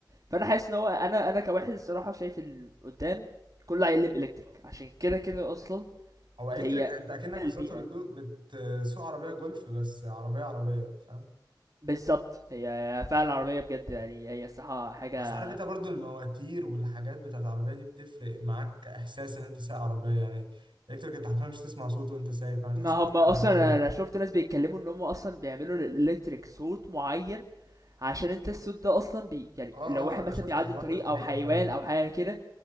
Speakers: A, on the right (about 45°); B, on the right (about 80°).
A: فأنا حاسس إن هو أنا أنا كواحد الصراحة شايف إن قدّام كله هيقلب electric عشان كده كده أصلًا
B: هو الكتريك
A: دي هي
B: انت
A: مفيدة
B: اكنك بالظبط
A: للبيئة،
B: بتدو- بتسوق عربيه جولف بس عربيه عربيه بقى فاهم
A: بالضبط هي فعلًا العربية بجد يعني هي الصراحة حاجة
B: بس عارف انت برضو المواتير والحاجات بتاعت العربيه دي بتفرق معاك احساس ان انت سايق عربيه يعني الكتريك انت حرفيا مش تسمع صوته وانت سايق فاهم تحس
A: ما هم
B: ان انت سايق
A: اصلا
B: عربيه
A: انا
B: لعب
A: أنا شفت ناس بيتكلموا ان هم اصلا بيعملوا للالكتريك صوت معين عشان انت الصوت ده اصلا بي يعني
B: اه
A: لو واحد
B: اه انا
A: مثلا
B: شفت
A: بيعدي
B: الحوار
A: الطريق
B: ده في الحقيقه
A: او حيوان
B: فعلا
A: او حاجه كده